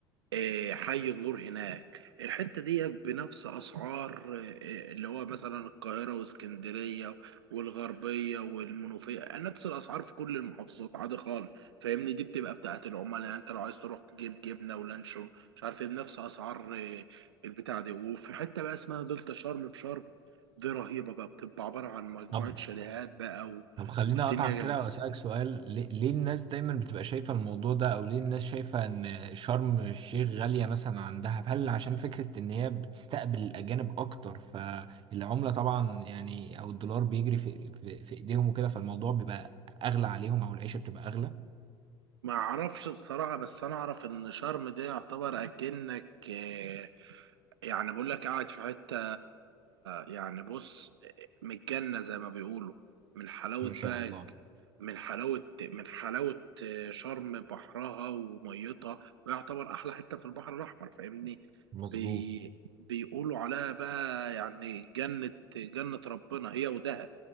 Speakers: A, on the right; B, on the right.
A: آه، حي النور هناك الحتة دي بنفس أسعار آه، اللي هو مثلا القاهرة واسكندرية والغربية والمنوفية آه، نفس الأسعار في كل المحافظات عادي خالص فاهمني دي بتبقى بتاعة العملاء يعني أنت لو عايز تروح تجيب جبنة ولانشون مش عارف إيه بنفس أسعار آه، البتاع دي وفي حتة بقى اسمها دلتا شرم في شرم دي رهيبة بقى بتبقى عبارة عن مجموعة
B: طب مم.
A: شاليهات بقى و...
B: طب خليني
A: والدنيا
B: اقطعك
A: جامدة
B: كده واسالك سؤال ليه, ليه الناس دايما بتبقى شايفه الموضوع ده او ليه الناس شايفه ان شرم الشيخ غاليه مثلا عن دهب هل عشان فكره ان هي بتستقبل الاجانب اكتر فالعمله طبعا يعني او الدولار بيجري في في, في ايديهم وكده فالموضوع بيبقى اغلى عليهم او العيشه بتبقى اغلى
A: ما اعرفش بصراحة بس انا اعرف ان شرم ده يعتبر اكنك آه، يعني بقول لك قاعد في حتة يعني بص متجنة زي ما بيقولوا من حلاوة
B: ما شاء
A: بقى
B: الله
A: من حلاوة من حلاوة شرم بحرها وميتها ويعتبر أحلى حتة في البحر الأحمر فاهمني
B: مظبوط
A: بي بيقولوا عليها بقى يعني جنة جنة ربنا هي ودهب